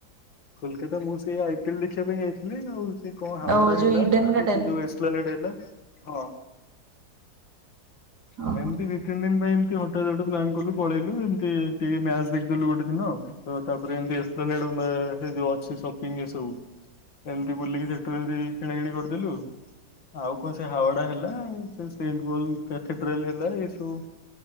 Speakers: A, on the left; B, on the right.
A: କୋଲକାତା ମୁଁ ସେଇ ଆଇପିଏଲ ଦେଖିବା ପାଇଁ ଯାଇଥିଲି, ଆଉ ସେ କଣ ହାୱଡା
B: ଓ
A: ହେଲା
B: ଯୋଉ ଇଡେନ
A: କି
B: ଗାର୍ଡେନ
A: ସେ ଯୋଉ ଏସ୍ ଚୁଆଲେ ଡେଲା ହଁ
B: ଓହୋ
A: ଆମେ ଏମିତି ଦି ତିନି ଦିନ ପାଇଁ ଏନ୍ତି ହଠାତ୍ ଗୋଟେ ପ୍ନାନ କଲୁ ପଳେଇଲୁ, ଏମତି ଟିକେ ମ୍ୟାଚ ଦେଖି। ଥିଲୁ ଗୋଟେ ଦିନ ତ ତାପରେ ଏମତି ଏକ୍ସପ୍ଲାନେଡ ସେ ଯୋଉ ଅଛି ସପିଙ୍ଗ ଏ ସବୁ ଏମତି ବୁଲିକି ସେଠୁ ଏମିତି କିଣା କିିଣି କରିଦେଲୁ। ଆଉ କଣ ସେ ହାୱଡା ହେଲା ଆଉ ସେ ସେଣ୍ଲ କଥିଡ୍ରାଲ ହେଲା ଏ ସବୁ